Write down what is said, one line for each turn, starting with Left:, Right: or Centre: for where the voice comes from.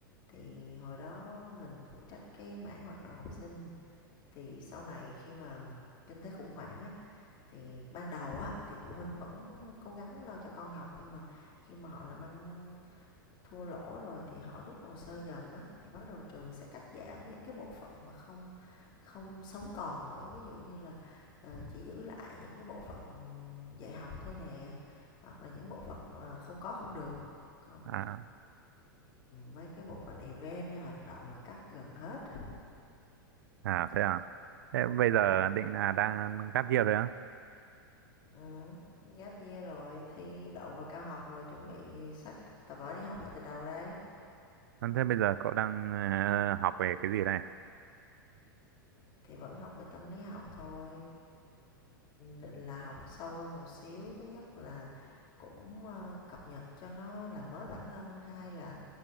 Left: thì hồi đó mình phụ trách cái mảng hoạt động học sinh thì sau này khi mà kinh tế khủng hoảng á thì ban đầu á thì phụ huynh vẫn cố gắng lo cho con học nhưng mà khi mà họ làm ăn thua lỗ rồi thì họ rút hồ sơ dần á thì bắt đầu trường sẽ cắt giảm những cái bộ phận mà không không sống còn nữa ví dụ như là ờ, chỉ giữ lại những cái bộ phận dạy học thôi nè hoặc là những bộ phận mà không có không được còn
Right: À,
Left: mấy cái bộ phận event hay hoạt động là cắt gần hết rồi
Right: à thế à? Thế bây giờ
Left: ừ.
Right: định là đang gap year rồi á?
Left: Ừ. Gap year rồi thi đậu vào cao học rồi chuẩn bị sách tập vở đi học lại từ đầu đây
Right: À, Thế bây giờ cậu đang ờ, học về cái gì đây?
Left: thì vẫn học về tâm lý học thôi định là học sâu hơn một xíu, thứ nhất là cũng, ờ, cập nhật cho nó làm mới bản thân, hai là